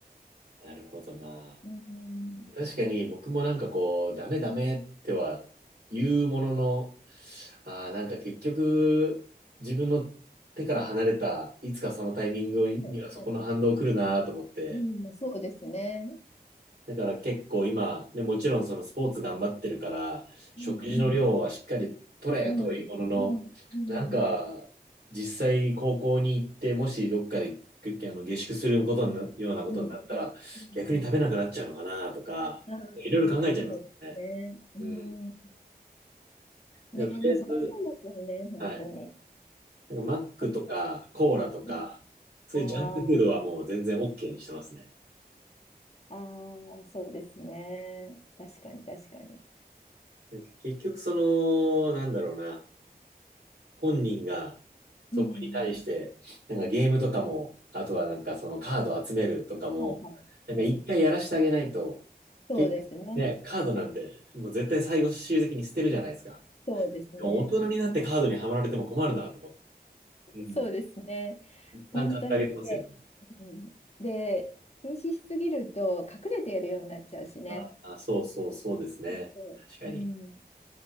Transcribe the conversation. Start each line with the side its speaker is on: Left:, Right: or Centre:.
Right: なるほどな。
Left: う。うん。
Right: 確かに僕もなんかこう、ダメダメっては言うものの、ああ、なんか結局自分の手から離れた、いつかそのタイミングにはそこの反動来るなと思って。
Left: はい、はい。うん、そうですね。
Right: だから結構今、ね、もちろんそのスポーツ頑張ってるから、食事の量はしっかり取れというものの、
Left: うん、うん、うん、うん、うん、
Right: なんか、実際高校に行って、もしどっかであの下宿することになようなことになったら、
Left: うん、うん。
Right: 逆に食べなくなっちゃうのかなとか、
Left: ああー、
Right: いろいろ考えちゃいますよね。
Left: そうですね。う
Right: うん。だか
Left: ん。ね、
Right: らとりあえず、
Left: 難しいですよね、本当に。
Right: はい。なんかマックとかコーラとか、
Left: なんか、うん、
Right: そういうジャンクフードはもう全然
Left: あ
Right: OK にしてますね。
Left: あ、ああ、そうですね。確かに、確かに。
Right: なんか結局その、なんだろうな。本人がそこに対して、
Left: うん。
Right: なんかゲームとかも、あとはなんかそのカード集めるとかも、
Left: はいはい。
Right: なんか一回やらしてあげないと、
Left: はい。そうですね。
Right: 結局ね、カードなんてもう絶対最後終的に捨てるじゃないですか。
Left: そうですね。
Right: でも大人になってカードにはまられても困るなと思って。うん。
Left: そうですね。
Right: 一旦買ってあげてますよね。
Left: 本当に。で、うん、で、禁止しすぎると隠れてやるようになっちゃうしね。
Right: ああ、そうそうそうですね。
Left: そうそう。
Right: 確かに。
Left: うん。